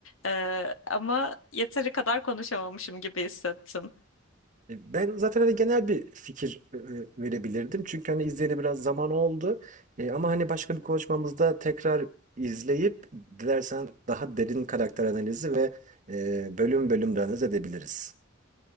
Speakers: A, on the left; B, on the right.
A: Ee, ama yeteri kadar konuşamamışım gibi hissettim.
B: E, Ben zaten hani genel bir fikir e, e, verebilirdim. Çünkü hani izleyeli biraz zaman oldu. E, ama hani başka bir konuşmamızda tekrar izleyip dilersen daha derin karakter analizi ve e, bölüm bölüm de analiz edebiliriz.